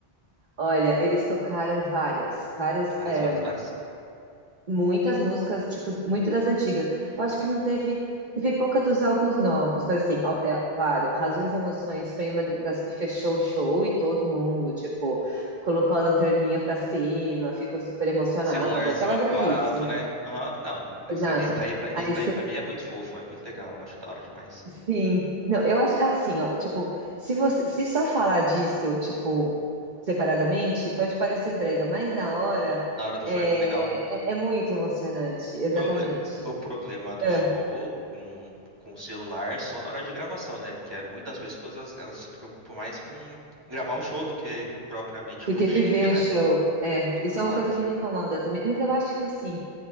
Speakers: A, on the right; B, on the right.
A: Olha, eles tocaram várias, várias,
B: Várias,
A: é,
B: várias, várias.
A: muitas músicas, tipo, muitas das antigas. Eu acho que não teve, teve pouca dos álbuns novos, mas assim, ó, é, claro, Razões e Emoções foi uma das que fechou o show e todo mundo, tipo, colocou a lanterninha pra cima, ficou super emocionado,
B: Celularzinho
A: aquela breguice,
B: pro alto,
A: né?
B: né? Aham. Não,
A: Exato.
B: isso, isso daí pra,
A: Aí
B: isso daí pra mim é muito fofo, é muito legal, eu acho da hora demais.
A: Sim. Não, eu acho assim, ó, tipo, se você se só falar disso, tipo, separadamente, pode parecer brega, mas na hora
B: Na hora do
A: é,
B: show é muito legal.
A: é, é muito emocionante, exatamente.
B: Proble- o problema do
A: É,
B: show com, com o celular é só na hora de gravação, né? Porque é, muitas pessoas elas, elas se preocupam mais com gravar o show do que propriamente
A: do
B: curtir,
A: que viver
B: ali,
A: o
B: né?
A: show. É,
B: Exato.
A: isso é uma coisa que me incomoda também. Mas eu acho que assim,